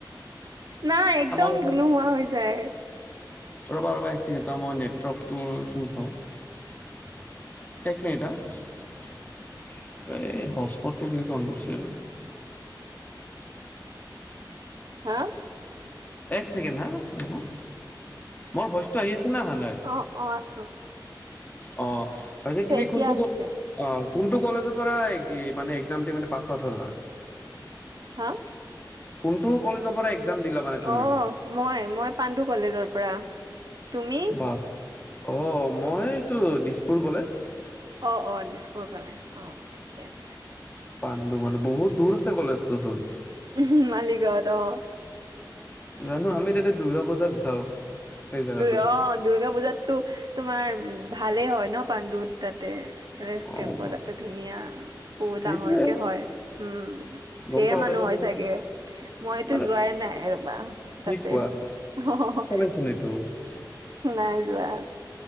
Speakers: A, on the right (about 60°); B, on the left (about 20°).
A: নাই একদম
B: <unintelligible>
A: নোহোৱা হৈ যায়।
B: ৰবা ৰবা এক ছেকেণ্ড, চাওঁ মই নেটৱৰ্কটো ৰ'চোন চাওঁ। এক মিনিট হা। এ হজ্পটটো কেনেকে অন কৰচোন।
A: হা?
B: এক ছেকেণ্ড হা ৰ'বা, মোৰ ভইচটো আহি আছে নে অহা নাই?
A: অ অ আছোঁ।
B: অ, হেৰি তুমি
A: এতিয়া
B: কোনটো
A: আহিছে
B: ক অ কোনটো কলেজৰ পৰা এ গি মানে একজাম দি মানে পাছ আউট হ'লা?
A: হা?
B: কোনটো কলেজৰ পৰা একজাম দিলা? মানে তুমি
A: অ মই, মই পাণ্ডু কলেজৰ পৰা। তুমি?
B: বা অ, মই এইটো দিছপুৰ কলেজ।
A: অ অ দিছপুৰ কলেজ, অ ঠিকে আছে।
B: পাণ্ডু মানে বহুত দূৰ আছে কলেজটো চোন।
A: উমহু মালিগাঁৱত অ।
B: জানো আমি তাতে দুৰ্গা পূজাত যাওঁ। সেই জেগাটো
A: অ দুৰ্গা পূজাত টো তোমাৰ ভালেই হয় ন পাণ্ডু তাতে ৰেষ্ট
B: অ',
A: কেম্পৰ তাতে ধুনীয়া বহুত
B: সেইটোৱে
A: ডাঙৰকে হয় উম।
B: গম
A: ঢেৰ
B: পাওঁ
A: মানুহ
B: তাতে
A: হয়
B: মানে
A: হয় চাগে। মই
B: মানে
A: তো যোৱাই নাই ৰবা
B: কি
A: তাতে
B: কোৱা
A: অ
B: <unintelligible>
A: নাই যোৱা।